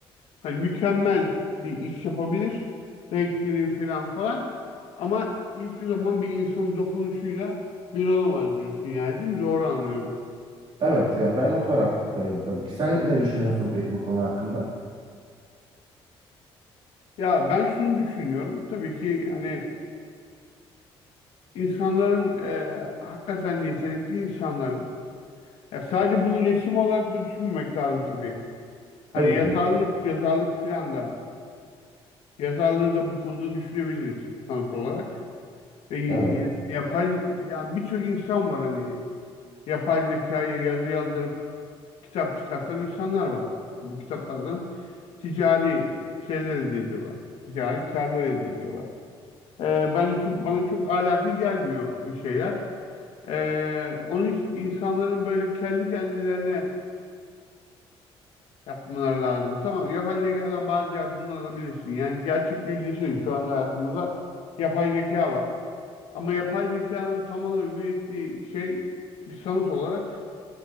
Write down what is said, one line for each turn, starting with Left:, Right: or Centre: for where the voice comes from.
Left: hani mükemmel bir iş yapabilir. Renkleri falan falan. Ama hiçbir zaman bir insanın dokunuşuyla bir olamaz diyorsun yani değil mi? Doğru anlıyorum.
Right: Evet yani ben o taraftayım tabii ki. Sen ne düşünüyorsun peki bu konu hakkında?
Left: Ya ben şunu düşünüyorum. Tabii ki hani insanların e, hakikaten yetenekli insanların ya sadece bunu resim olarak da düşünmemek lazım tabii. Hani
Right: Tabii
Left: yazarlık
Right: ki.
Left: yazarlık filan da yazarlığı da bu konuda düşünebiliriz sanat olarak. E, ya-
Right: Evet.
Left: yapay ya birçok insan var hani yapay zekaya yazı yazdırıp kitap çıkartan insanlar var. Bu kitaplardan ticari şeyler elde ediyorlar. Ticari karlar elde ediyorlar. E, bence çok, bana çok ahlaki gelmiyor bu şeyler. E, onu hiç- insanların böyle kendi kendilerine yapmaları lazım. Tamam yapay zekadan bazı yardımlar alabilirsin. Yani gerçek bir yüzleşelim. Şu anda hayatımızda yapay zeka var. Ama yapay zekanın tam olarak ürettiği şey bir sanat olarak